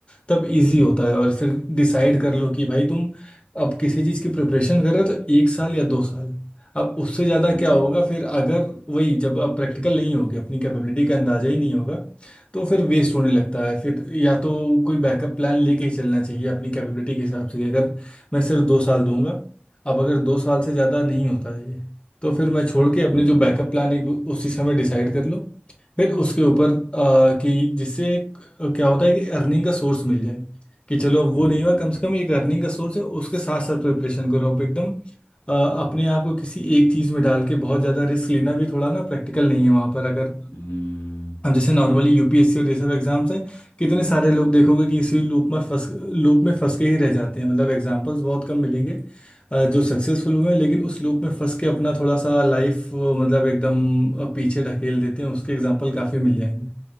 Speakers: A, on the left (about 30°); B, on the left (about 70°).
A: तब इजी
B: हम्म
A: होता है और फिर डिसाइड कर लो कि भाई तुम अब किसी चीज़ की प्रिपरेशन कर रहे हो तो एक साल या दो साल अब उससे ज़्यादा
B: हम्म
A: क्या होगा फिर अगर वही जब अब प्रैक्टिकल नहीं होगी अपनी कैपेबिलिटी का अंदाज़ा ही नहीं होगा तो फिर वेस्ट होने लगता है फिर या तो कोई बैकअप प्लान लेके ही चलना चाहिए अपनी कैपेबिलिटी के हिसाब से कि अगर मैं सिर्फ दो साल दूंगा अब अगर दो साल से ज़्यादा नहीं होता है ये तो फिर मैं छोड़ के अपने
B: हम्म
A: जो बैकअप प्लान है उसी समय डिसाइड कर लो फिर उसके ऊपर आ, कि जिससे एक, आ, क्या होता है कि अर्निंग का सोर्स मिल जाए कि चलो अब वो
B: हम्म
A: नहीं हुआ कम से कम एक अर्निंग का सोर्स है उसके साथ साथ प्रिपरेशन करो अब एकदम आ, अपने आप को किसी एक चीज़ में डाल के बहुत ज़्यादा रिस्क लेना भी थोड़ा ना प्रैक्टिकल नहीं है वहाँ पर अगर
B: हम्म, हम्म।
A: अब जैसे नॉर्मली यूपीएससी और ये सब एग्जाम्स हैं कितने सारे लोग देखोगे कि इसी लूप में फंस लूप में फंस के ही रह जाते हैं मतलब एग्जाम्पल्स बहुत कम मिलेंगे अ, जो सक्सेसफुल हुए हैं लेकिन उस लूप में फंस के अपना थोड़ा सा लाइफ मतलब एकदम अ, पीछे ढकेल देते हैं उसके एग्जाम्पल काफ़ी मिल जाएंगे